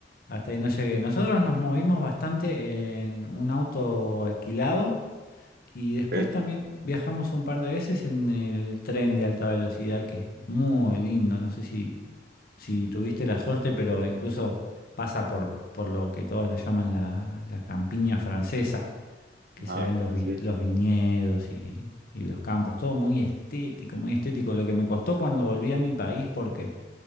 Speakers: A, on the left; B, on the right.
A: Hasta ahí no llegué. Nosotros nos movimos bastante en un auto alquilado y después
B: Ok.
A: también viajamos un par de veces en el tren de alta velocidad, que es muy lindo. No sé si, si tuviste la suerte, pero incluso pasa por, por lo que todos le llaman la, la campiña francesa que
B: Ah,
A: se ven los,
B: sí.
A: vi- los viñedos y, y los campos, todo muy estético, muy estético, lo que me costó
B: <laughs>
A: cuando volví a mi país porque